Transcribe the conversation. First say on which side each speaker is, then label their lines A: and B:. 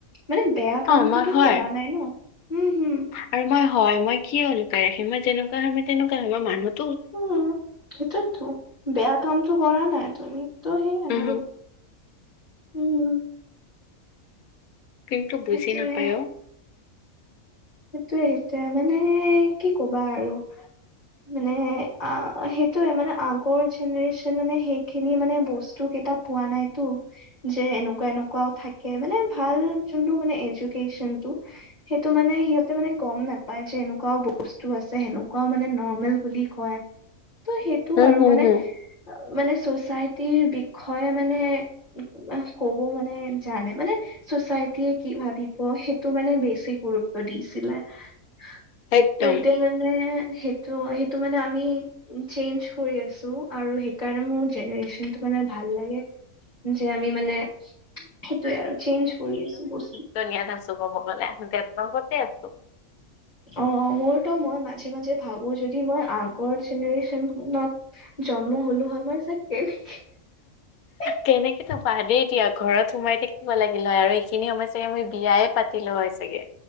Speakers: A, on the left; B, on the left.
A: মানে বেয়া কামটোতো
B: অ', মই হয়।
A: কৰা নাই ন। উম, হুম।
B: আৰু মই হয়, মই কিয় লুকাই ৰাখিম মই যেনেকোৱা হয় মই তেনেকুৱা হয় মানুহ।
A: উম' সেইটোতো, বেয়া কামটো কৰা নাই। তুমিটো সেইয়াই
B: উম,
A: আৰু-
B: হুম,
A: উম।
B: কিন্তু বুজি
A: সেইটোয়ে
B: নাপায় অ।
A: সেইটোয়ে-সেইটোয়ে, মানে কি কবা আৰু। মানে আঁহ', সেইটোয়ে, মানে আগৰ জেনেৰেচন মানে সেইখিনি মানে বস্তু কেইটা- পোৱা নাই তো। যে এনেকুৱা-এনেকুৱাও থাকে, মানে ভাল যোনটো মানে এজকনটো। সেইটো মানে সিহঁত- তে মানে গম নাপায় যে এনেকুৱাও বস্তু আছে, সেনেকুৱাও মানে নৰ্মেল বুলি কয়। ত' সেইটো
B: উম,
A: আৰু
B: হুম,
A: মানে-মানে
B: হুম,
A: চচাইটিৰ বিষয়ে মানে- ক'ব মানে জানে মানে- চচাইটিয়ে কি ভাবিব সেইটো মানে বেছি গুৰুত্ব দিছে। ত'
B: একদম।
A: এতিয়া মানে সেইটো-সেইটো মানে আমি- চেঞ্জ কৰি আছো, আৰু সেইকাৰণে মোৰ জেনেৰেচনে ভাল লাগে। যে আমি মানে সেইটোয়ে আৰু চেঞ্জ কৰি আছো বস্তু।
B: ধুনীয়া এটা আছে ক'ব গ'লে, তেন ক'তে আছো।
A: অঁহ', -অঁহ', - মোৰতো মই মাজে-মাজে ভাবো যদি মই আগৰ জেনেৰেচনত- জন্ম হ'লো হয়, মই যে কেনেকে-
B: তেনেকে টো বাদেই দিয়া, ঘৰত সোমাই থাকিব লাগিল হয় আৰু এইখিনি সময় চাগে, মই বিয়াই পাতি- লো হয় চাগে।